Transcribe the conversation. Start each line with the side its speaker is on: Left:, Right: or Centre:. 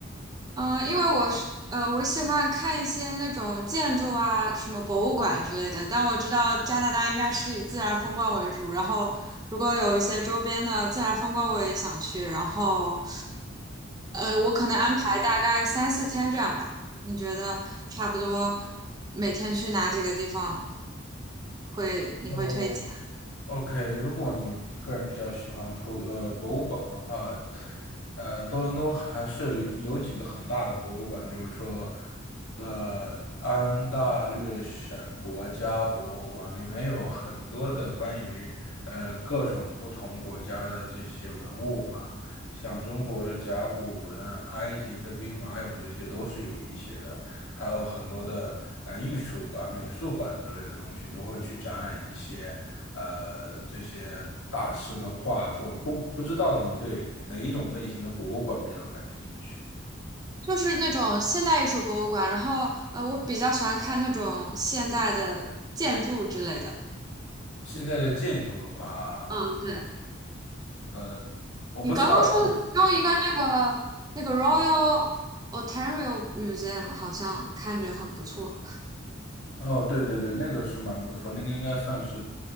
Right: 嗯，呃因为我是呃，我喜欢看一些那种建筑啊，什么博物馆之类的。但我知道加拿大应该是以自然风光为主，然后如果有一些周边的自然风光，我也想去。然后，呃，我可能安排大概三四天这样吧。你觉得差不多每天去哪几个地方会你会推荐？
Left: 嗯，OK，如果你个人比较喜欢图呃博物馆的话，呃，多伦多还是有有几个很大的博物馆，比如说，呃，安大略省国家博物馆里面有很多的关于呃各种不同国家的这些文物吧，像中国的甲骨文、埃及的兵马俑这些都是有一些的，还有很多的呃艺术馆、美术馆之类的东西都会去展览一些。呃这些大师的画作，不不知道你对哪一种类型的博物馆比较感兴趣？
Right: 就是那种现代艺术博物馆，然后呃，我比较喜欢看那种现代的建筑之类的。
Left: 现在的建筑的话，
Right: 嗯，
Left: 嗯
Right: 对。
Left: 呃，我不知道，
Right: 你刚刚说的用一个那个那个 Royal Ontario Museum 好像看着很不错
Left: 哦，对对对，那个是蛮不错，那个应该算是，